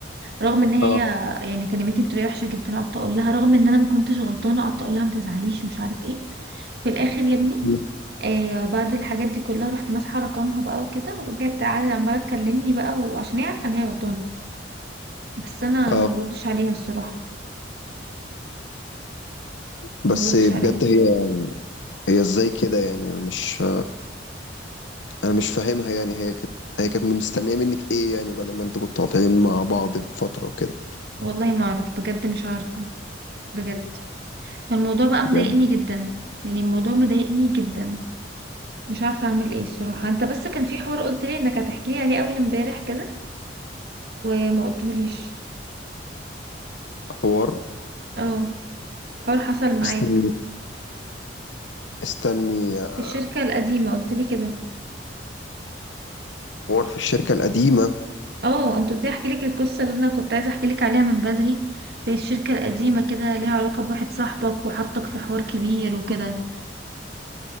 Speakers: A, on the right (about 60°); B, on the left (about 90°).
A: رغم ان هي
B: اه
A: يعني كلمتني بطريقه وحشه جدا قعدت اقول لها رغم ان انا ما كنتش غلطانه قعدت اقول لها ما تزعليش ومش عارف ايه في الاخر يا ابني
B: مم.
A: آه بعد الحاجات دي كلها رحت ماسحه رقمها بقى وكده ورجعت تعالى عماله تكلمني بقى وعشان هي عارفه ان هي غلطانه بس انا
B: اه
A: ما بردش عليها الصراحه
B: بس
A: ما بردش
B: بجد
A: عليها
B: هي هي ازاي كده يعني انا مش انا مش فاهمها يعني هي كانت هي كانت مستنية منك ايه يعني بدل ما انتوا كنتوا قاطعين مع بعض فترة وكده
A: والله ما اعرف بجد مش عارفه بجد فالموضوع بقى
B: بجد
A: مضايقني جدا يعني الموضوع مضايقني جدا مش عارفه اعمل ايه الصراحه انت بس كان في حوار قلت لي انك هتحكي لي عليه اول امبارح كده وما قلتهوليش
B: حوار
A: اه حوار حصل معاك
B: استني استني آه،
A: في الشركة القديمة قلت لي كده
B: حوار في الشركة القديمة
A: اه انت قلت لي احكي لك القصة اللي انا كنت عايزة احكي لك عليها من بدري في الشركة القديمة كده ليها علاقة بواحد صاحبك وحطك في حوار كبير وكده